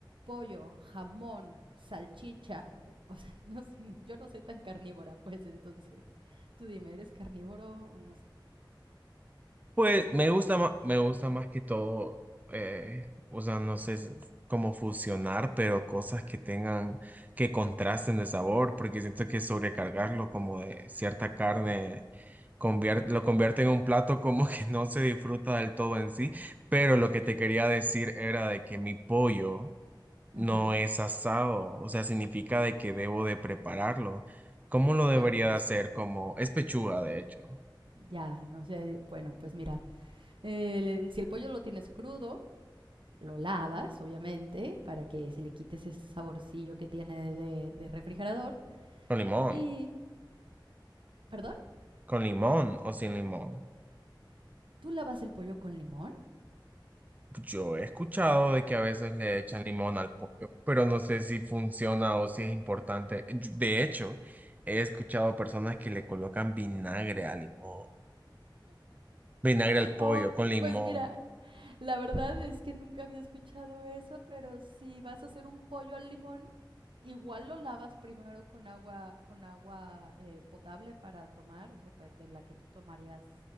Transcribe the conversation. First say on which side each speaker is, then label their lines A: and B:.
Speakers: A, on the right; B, on the right.
A: pollo, jamón, salchicha. <laughs> O sea, no sé, yo no soy tan carnívora, pues entonces, tú dime, ¿eres carnívoro o no sé?
B: Pues me gusta más, me gusta más que todo, eh, o sea, no sé s- cómo fusionar, pero cosas que tengan, que contrasten de sabor, porque siento que sobrecargarlo como de cierta carne convier- lo convierte en un plato como que no se disfruta del todo en sí, pero lo que te quería decir era de que mi pollo no
A: Ajá.
B: es asado, o sea, significa de que debo de prepararlo. ¿Cómo
A: que,
B: lo
A: bueno,
B: debería
A: pues
B: de hacer? Como es pechuga, de hecho,
A: ya, o sea, bueno, pues mira, el- el- si el pollo lo tienes crudo, lo lavas, obviamente, para que se le quite ese saborcillo que tiene de, de refrigerador.
B: con limón.
A: Y, perdón,
B: ¿Con limón o sin limón?
A: ¿tú lavas el pollo con limón?
B: Yo he escuchado de que a veces le echan limón al pollo, pero no sé si funciona o si es importante. Yo- De hecho, he escuchado personas que le colocan vinagre al limón, vinagre al pollo
A: Oh,
B: con limón.
A: pues mira, La verdad es que nunca había escuchado eso, pero si vas a hacer un pollo al limón, igual lo lavas primero con agua, con agua eh, potable para tomar, o sea, pa- de la que tú tomarías